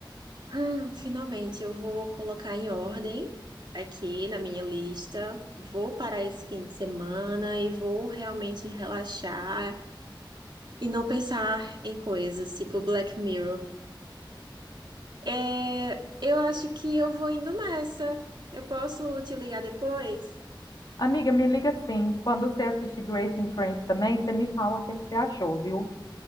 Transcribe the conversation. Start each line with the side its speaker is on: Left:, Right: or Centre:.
Right: hum, finalmente eu vou colocar em ordem aqui na minha lista. Vou parar esse fim de semana e vou realmente relaxar e não pensar em coisas tipo Black Mirror. É, eu acho que eu vou indo nessa. Eu posso te ligar depois?
Left: Amiga, me liga sim. Quando você assistir Grace and Frank também, você me fala o que é que você achou, viu?